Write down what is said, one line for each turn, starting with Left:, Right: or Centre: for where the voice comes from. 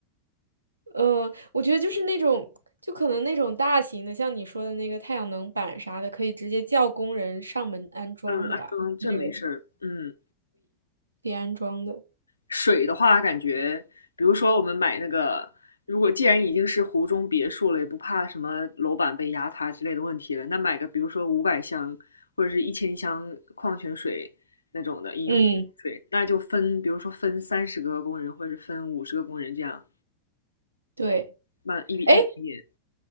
Right: 呃，我觉得就是那种，就可能那种大型的，像你说的那个太阳能板啥的，可以直接叫工人上门安装的吧？
Left: 嗯，安装这没事儿。
Right: 它这个
Left: 嗯。
Right: 可以安装的。
Left: 水的话，感觉比如说我们买那个，如果既然已经是湖中别墅了，也不怕什么楼板被压塌之类的问题了，那买个比如说五百箱或者是一千箱矿泉水那种的饮用水，
Right: 嗯，
Left: 那就分，比如说分三十个工人或者是分五十个工人这样
Right: 对。
Left: 慢一笔一笔点。
Right: 哎，